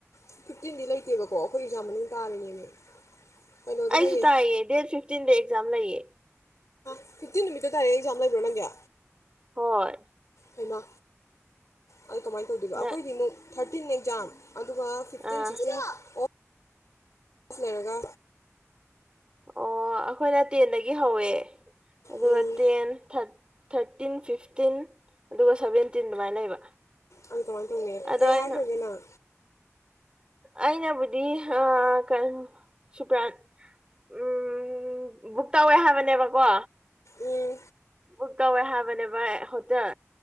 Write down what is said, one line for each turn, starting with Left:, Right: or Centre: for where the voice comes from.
Left: ꯐꯤꯐꯇꯤꯟꯗꯤ ꯂꯩꯇꯦꯕꯀꯣ ꯑꯩꯈꯣꯏ ꯑꯦꯛꯖꯥꯝ ꯃꯅꯨꯡ ꯇꯥꯔꯤꯅꯦꯃꯤ ꯀꯩꯅꯣꯗ
Right: ꯑꯩꯁꯨ
Left: ꯂꯩꯌꯦ
Right: ꯇꯥꯏꯌꯦ ꯗꯦꯠ ꯐꯤꯐꯇꯤꯟꯗ ꯖꯥꯝ ꯂꯩꯌꯦ
Left: ꯐꯤꯐꯇꯤꯟ ꯅꯨꯃꯤꯠꯇꯣ ꯗꯥꯏꯔꯦꯛ ꯑꯦꯛꯖꯥꯝ ꯂꯩꯕ꯭ꯔꯣ ꯅꯪꯒꯤ
Right: ꯍꯣꯏ
Left: ꯍꯩꯃ ꯑꯗꯨ ꯀꯃꯥꯏ ꯇꯧꯗꯣꯏꯕ
Right: ꯅꯪ
Left: ꯑꯩꯈꯣꯏꯗꯤ ꯃꯨꯛ ꯊꯔꯇꯤꯟꯅꯦ ꯑꯦꯛꯖꯥꯝ ꯑꯗꯨꯒ ꯐꯤꯐꯇꯤꯟ
Right: ꯑꯥ
Left: ꯁꯤꯛꯁꯇꯤꯟ ꯑꯣꯐ ꯁꯤ ꯂꯣꯏꯔꯒ
Right: ꯑꯣ ꯑꯈꯣꯏꯅ ꯇꯦꯟꯗꯒꯤ ꯍꯧꯋꯦ ꯑꯦ ꯑꯗꯨꯒ
Left: ꯎꯝ
Right: ꯇꯦꯟ ꯊꯔ ꯊꯔꯇꯤꯟ ꯐꯤꯐꯇꯤꯟ ꯑꯗꯨꯒ ꯁꯚꯦꯟꯇꯤꯟ ꯑꯗꯨꯃꯥꯏꯅ ꯂꯩꯕ
Left: ꯑꯗꯨ ꯀꯃꯥꯏꯅ ꯇꯧꯅꯤ
Right: ꯑꯗꯣ
Left: ꯀꯩ
Right: ꯑꯩꯅ
Left: ꯍꯥꯏꯈ꯭ꯔꯒꯦ ꯅꯪ
Right: ꯑꯩꯅꯕꯨꯗꯤ ꯑꯥ ꯀꯔꯤ ꯁꯨꯄ꯭ꯔꯥꯟ ꯎꯝ ꯕꯨꯛ ꯇꯧꯋꯦ ꯍꯥꯏꯕꯅꯦꯕꯀꯣ
Left: ꯎꯝ
Right: ꯕꯨꯛ ꯇꯧꯋꯦ ꯍꯥꯏꯕꯅꯦꯕ ꯑ ꯍꯣꯇꯦꯜ